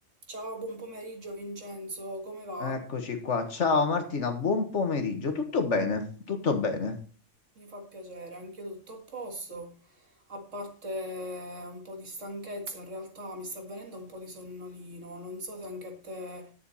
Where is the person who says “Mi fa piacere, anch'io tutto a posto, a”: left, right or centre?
Right